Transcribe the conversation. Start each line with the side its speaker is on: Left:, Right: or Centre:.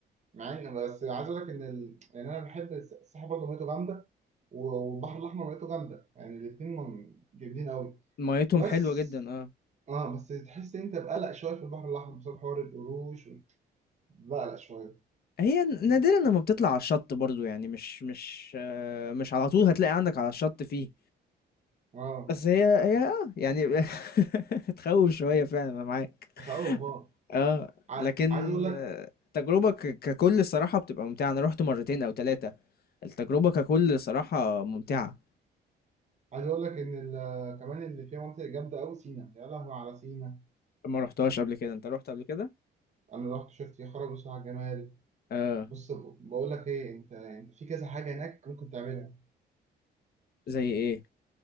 Right: مع إن بس عايز أقول لك إن ال... يعني أنا بحب الس- الساحل برضه ميته جامدة و- والبحر الأحمر ميته جامدة يعني الاتنين من- جامدين أوي
Left: ميتهم
Right: بس
Left: حلوة جدا اه
Right: اه بس تحس إن أنت بقلق شوية في البحر الأحمر بسبب حوار القروش بقلق شوية
Left: هي نادرا لما بتطلع على الشط برضو يعني مش مش آه، مش على طول هتلاقي عندك على الشط فيه
Right: اه
Left: بس هي هي اه يعني <laughs> تخوف شوية فعلا انا معاك
Right: تخوف اه
Left: اه
Right: ع-
Left: لكن
Right: عايز اقول لك
Left: آه، التجربة ك- ككل الصراحة بتبقى ممتعة انا رحت مرتين او ثلاثة التجربة ككل صراحة ممتعة
Right: عايز اقول لك ان ال- كمان اللي فيها مناطق جامده قوي سينا يا لهوي على سينا
Left: ما رحتهاش قبل كده انت رحت قبل كده
Right: انا رحت شفت يا خرابي بصراحه الجمال
Left: اه
Right: بص ب- بقول لك ايه انت انت في كذا حاجه هناك ممكن تعملها
Left: زي ايه